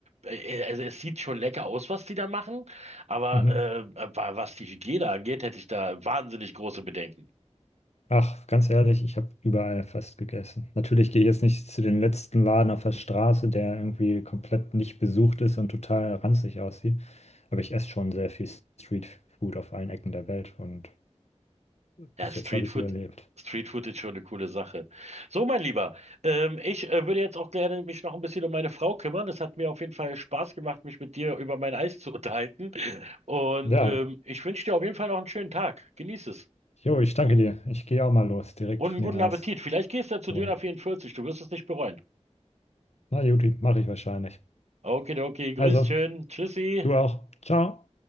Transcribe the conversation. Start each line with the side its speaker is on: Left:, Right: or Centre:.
Right: äh, äh, also es sieht schon lecker aus, was die da machen, aber
Left: Mhm.
Right: äh, wa- was die Hygiene angeht, hätte ich da wahnsinnig große Bedenken.
Left: Ach, ganz ehrlich, ich habe überall fast gegessen. Natürlich gehe ich jetzt nicht zu den letzten Laden auf der Straße, der irgendwie komplett nicht besucht ist und total ranzig aussieht. Aber ich esse schon sehr viel Streetfood auf allen Ecken der Welt und
Right: Ja,
Left: bis
Right: Streetfood,
Left: jetzt habe ich es überlebt.
Right: Streetfood ist schon eine coole Sache. So, mein Lieber, ähm, ich äh, würde jetzt auch gerne mich noch ein bisschen um meine Frau kümmern. Es hat mir auf jeden Fall Spaß gemacht, mich mit dir über mein Eis zu <laughs> unterhalten. Und
Left: Ja,
Right: ähm, ich wünsche dir auf jeden Fall noch einen schönen Tag. Genieß es.
Left: jo, ich danke dir. Ich gehe auch mal los, direkt
Right: Und einen
Left: mir
Right: guten
Left: ein Eis
Right: Appetit. Vielleicht gehst du ja zu
Left: holen.
Right: Döner 44. Du wirst es nicht bereuen.
Left: Na, Juti, mache ich wahrscheinlich.
Right: Okay, okay. Grüß
Left: Also,
Right: schön. Tschüssi.
Left: du auch. Ciao.